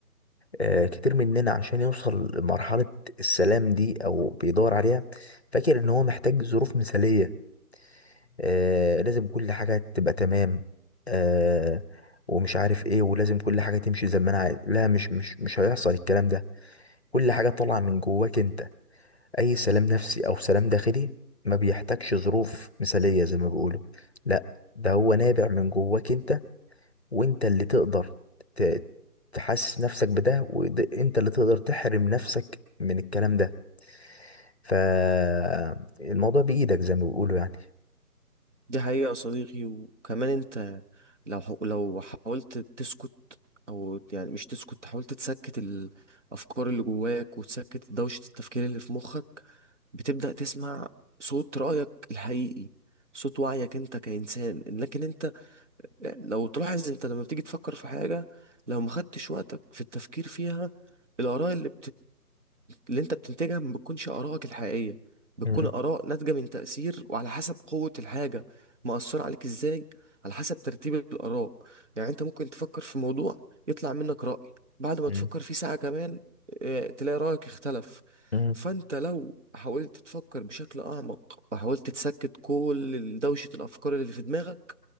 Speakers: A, on the left; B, on the right.
A: آه، كتير مننا عشان يوصل لمرحلة السلام دي أو بيدور عليها فاكر إن هو محتاج ظروف مثالية آه، لازم كل حاجة تبقى تمام آه، ومش عارف إيه ولازم كل حاجة تمشي زي ما أنا عايز لا مش مش مش هيحصل الكلام ده كل حاجة طالعة من جواك أنت أي سلام نفسي أو سلام داخلي ما بيحتاجش ظروف مثالية زي ما بيقولوا لا ده هو نابع من جواك أنت وانت اللي تقدر ت- تحسس نفسك بده وانت اللي تقدر تحرم نفسك من الكلام ده فالموضوع بإيدك زي ما بيقولوا يعني
B: دي حقيقة يا صديقي وكمان انت لو حو- لو حاولت تسكت او يعني مش تسكت حاولت تسكت الافكار اللي جواك وتسكت دوشة التفكير اللي في مخك بتبدأ تسمع صوت رأيك الحقيقي صوت وعيك انت كإنسان لكن انت لو تلاحظ انت لما بتيجي تفكر في حاجة لو ما خدتش وقتك في التفكير فيها الآراء اللي اللي انت بتنتجها ما بتكونش آرائك الحقيقية بتكون
A: مم.
B: آراء ناتجة من تأثير وعلى حسب قوة الحاجة مأثرة عليك ازاي على حسب ترتيب الآراء يعني انت ممكن تفكر في موضوع يطلع منك رأي بعد ما
A: مم.
B: تفكر فيه ساعة كمان اه، تلاقي رأيك اختلف
A: مم.
B: فانت لو حاولت تفكر بشكل أعمق وحاولت تسكت كل دوشة الأفكار اللي في دماغك